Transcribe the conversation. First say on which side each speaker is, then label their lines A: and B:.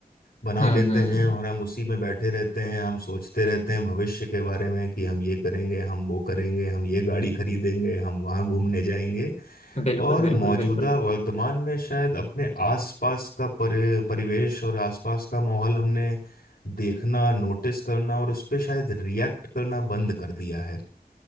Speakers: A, on the left (about 80°); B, on the left (about 45°).
A: बना
B: हम्म
A: लेते
B: हम्म
A: हैं और हम उसी में बैठे रहते हैं हम सोचते रहते हैं भविष्य के बारे में कि हम ये करेंगे हम वो करेंगे हम ये गाड़ी खरीदेंगे हम वहाँ घूमने जाएंगे
B: बिल्कुल
A: और
B: बिल्कुल
A: मौजूदा
B: बिल्कुल
A: वर्तमान में शायद अपने आसपास का परि परिवेश और आसपास का माहौल हमने देखना नोटिस करना और उस पर शायद रिएक्ट करना बंद कर दिया है